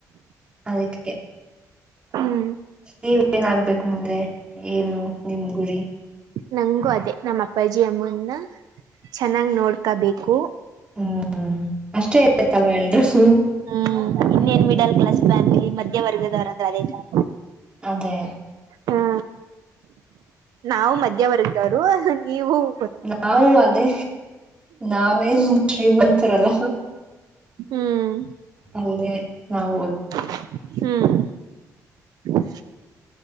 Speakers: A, on the right; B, on the right.
A: ಅದಕ್ಕೆ.
B: ಹ್ಮ್
A: ನೀವ ಏನ ಆಗ್ಬೇಕು ಮುಂದೆ ಏನು ನಿಮ್ ಗುರಿ.
B: ನಂಗು ಅದೇ ನಮ್ ಅಪ್ಪಾಜಿ ಅಮ್ಮನ್ನ ಚೆನ್ನಾಗ್ ನೋಡ್ಕಬೇಕು.
A: ಹ್ಮ ಅಷ್ಟೇ ಇತ್ತಲ್ವ ಎಲ್ರೂಗು.
B: ಹ್ಮ್ ಇನ್ನೇನ್ ಮಿಡಲ್ ಕ್ಲಾಸ್ ಫ್ಯಾಮಿಲಿ ಮಧ್ಯವರ್ಗದವರಂದ ಅದ ತಾನೆ.
A: ಅದೇ
B: ಹಾ ನಾವು ಮದ್ಯ ರು ನೀವು ಗೊ
A: ನಾವು ಅದೇ ನಾವೇನ್ ಶ್ರೀಮಂತರಲ್ಲ.
B: ಹ್ಮ್
A: ಅಲ್ಲೇ ನಾವು.
B: ಹ್ಮ್ ಹ